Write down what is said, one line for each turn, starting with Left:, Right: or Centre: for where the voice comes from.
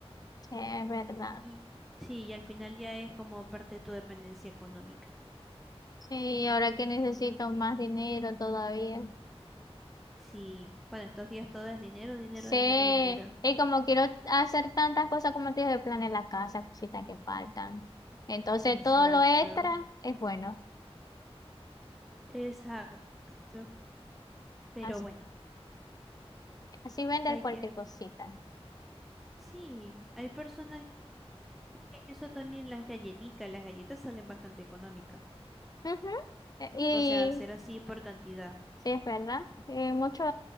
Left: Sí, es verdad.
Centre: Y sí, y al final ya es como parte de tu dependencia económica.
Left: Sí, ahora que necesito más dinero todavía.
Centre: Sí, bueno, estos días todo es dinero, dinero,
Left: Sí,
Centre: dinero, dinero.
Left: y como quiero hacer tantas cosas como te dije, de plan la casa, cositas que faltan. Entonces
Centre: Exacto,
Left: todo lo extra es bueno.
Centre: exacto. Pero
Left: Así,
Centre: bueno,
Left: así vender
Centre: hay
Left: cualquier
Centre: que
Left: cosita.
Centre: Sí, hay personas que eso también las galletitas, las galletas salen bastante económicas.
Left: Ujú. E- Y
Centre: O sea, hacer así por cantidad.
Left: sí, es verdad. Y muchos,